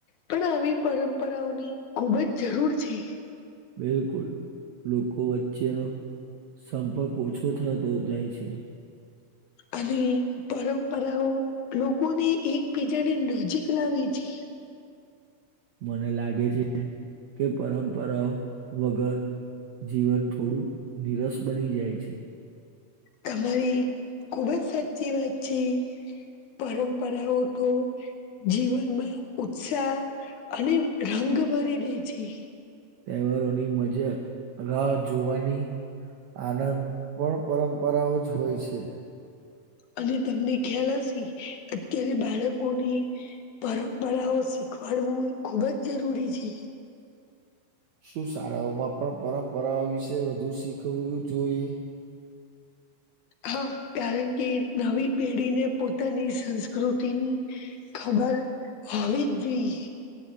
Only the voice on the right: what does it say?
બિલકુલ લોકો વચ્ચેનો સંપર્ક ઓછો થતો જાય છે.
મને લાગે છે કે પરંપરાઓ વગર. જીવન થોડું નિરસ બની જાય છે.
તહેવારોની મજા રાહ જોવાની. આનંદ પણ પરંપરાઓ જ હોય છે.
શું શાળાઓમાં પણ પરંપરાઓ વિશે વધુ શીખવું જોઈએ.